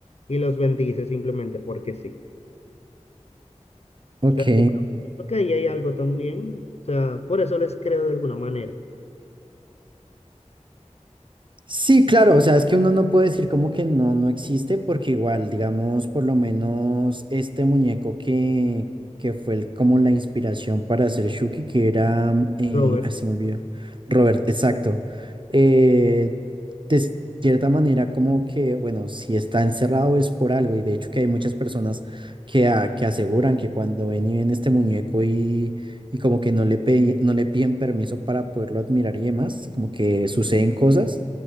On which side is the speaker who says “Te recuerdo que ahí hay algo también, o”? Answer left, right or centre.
Left